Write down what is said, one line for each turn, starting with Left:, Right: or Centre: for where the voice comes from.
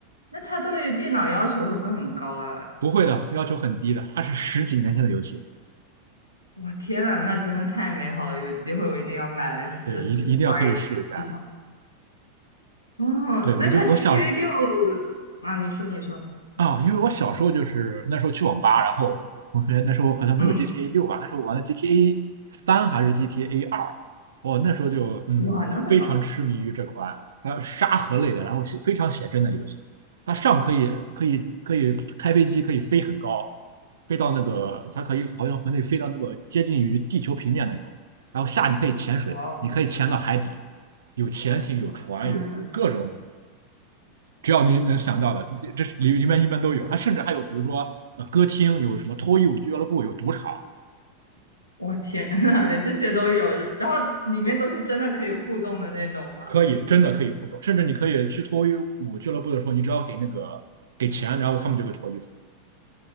Left: 那他对电脑要求会不会很高呀？
Right: 不会的，要求很低的，它是十几年前的游戏，
Left: 哇，天呐，那真的太美好了！有机会我一定要买来试试玩
Right: 对，一定一定要可以试一下。
Left: 一下。哦，
Right: 对，
Left: 那他
Right: 我就我小时
Left: GTA 六啊，你说你说，
Right: 啊、因为我小时候就是那时候去网吧，然后我同学那时候好像没有
Left: 嗯，
Right: GTA 六吧，那时候玩的 GTA 三还是 GTA 二，我那时候就嗯非常痴迷于这款它沙盒类的，
Left: 哇，那么老，
Right: 然后写非常写真的游戏，它上可以可以可以开飞机，可以飞很高，飞到那个它可以好像可以飞到那个接近于地球平面那种，然后下你可以潜水，
Left: 哇哦，
Right: 你可以潜到海底，有潜艇，有船，
Left: 哇天呐，
Right: 有有各种只要您能想到的，这是里里面一般都有。它甚至还有，比如说呃歌厅，有什么脱衣舞俱乐部，有赌场，
Left: 哇天呐，连这些都有，然后里面都是真的可以互动的那种啊，
Right: 可以真的可以互动。甚至你可以去脱衣舞俱乐部的时候，你只要给那个给钱，然后他们就会脱衣服。